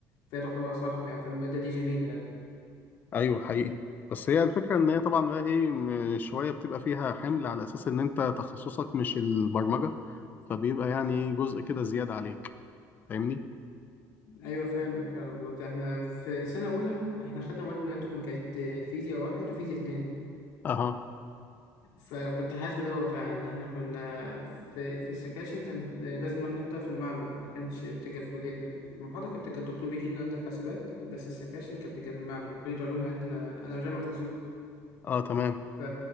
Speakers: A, on the left; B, on the left.
A: فهي تعتبر اصعب يعني فالماده دي جميله يعني
B: ايوه حقيقي بس هي الفكره ان هي طبعا بقى ايه م- شويه بتبقى فيها حمل على اساس ان انت تخصصك مش البرمجه فبيبقى يعني جزء كده زياده عليك فاهمني
A: ايوه فاهمك فاهم بالظبط احنا في سنه اولى احنا خدنا مواد من عندكم كانت فيزياء واحد وفيزياء اتنين
B: اها
A: فكنت حاسس بدوت فعلا ان احنا كنا في في السكاشن كان لازم نروح نحضر في المعمل ما كانش بتبقى في كليتنا المحاضرة كانت بتبقى الدكتور بيجي لنا عندنا في حاسبات بس السكاشن كانت بتبقى في المعمل وكلية علوم عندنا انا في جامعة اسيوط
B: اه تمام
A: ف...